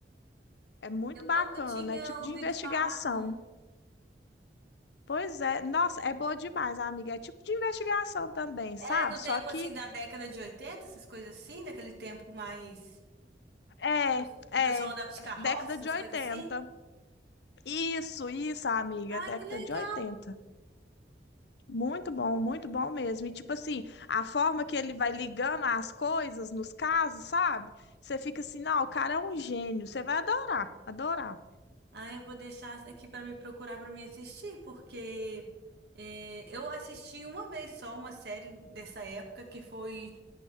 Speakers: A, on the left (about 70°); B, on the right (about 65°).
A: É muito
B: Eu
A: bacana,
B: nunca tinha
A: é tipo de
B: ouvido
A: investigação.
B: falar, não.
A: Pois é, nossa, é boa demais, amiga. É tipo de investigação também,
B: Ela
A: sabe?
B: é do tempo,
A: Só que
B: assim, da década de oitenta essas coisas assim, daquele tempo mais.
A: é,
B: Que o que
A: é,
B: o pessoal
A: é
B: andava de carroça,
A: década
B: essas
A: de oitenta
B: coisas assim.
A: Isso, isso, amiga,
B: Ai,
A: é década
B: que legal!
A: de oitenta Muito bom, muito bom mesmo. E tipo assim, a forma que ele vai ligando as coisas nos casos, sabe? Você fica assim, não, o cara é um gênio. Você vai adorar, adorar.
B: Ah, eu vou deixar essa aqui para me procurar para me assistir, porque é, eu assisti uma vez só uma série dessa época que foi